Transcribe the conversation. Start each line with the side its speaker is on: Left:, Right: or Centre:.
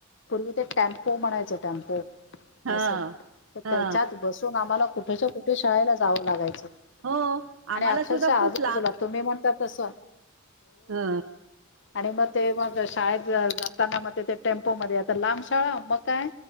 Left: पूर्वी ते टेम्पो म्हणायचे टेम्पो
Right: हा
Left: असं तर
Right: हा
Left: त्याच्यात बसून आम्हाला कुठेच्या कुठे शाळेला जावं लागायचं
Right: हो
Left: आणि
Right: आम्हाला
Left: अक्षरशः
Right: सुद्धा
Left: आजूबाजूला
Right: खूप
Left: तुम्ही म्हणता तस
Right: हा
Left: आणि मग ते मग शाळेत जाताना मग ते टेम्पो मध्ये आता लांब शाळा मग काय